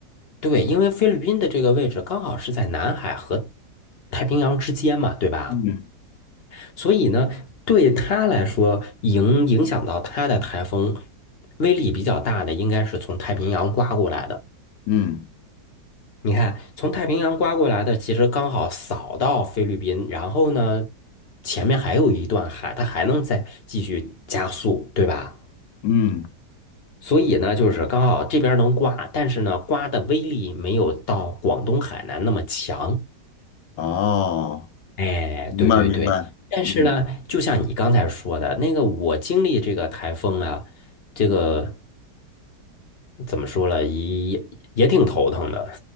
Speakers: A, on the left; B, on the left.
A: 对，因为菲律宾的这个位置刚好是在南海和太平洋之间嘛，对吧？
B: 嗯
A: 所以呢，对他来说，影影响到他的台风威力比较大的，应该是从太平洋刮过来的。
B: 嗯
A: 你看，从太平洋刮过来的，其实刚好扫到菲律宾，然后呢，前面还有一段海，它还能再继续加速，对吧？
B: 嗯，
A: 所以呢，就是刚好这边能刮，但是呢，刮的威力没有到广东、海南那么强。
B: 哦，
A: 哎，
B: 明白明白，
A: 对对对，但是呢，
B: 嗯
A: 就像你刚才说的那个，我经历这个台风啊，这个。怎么说了，也也挺头疼的。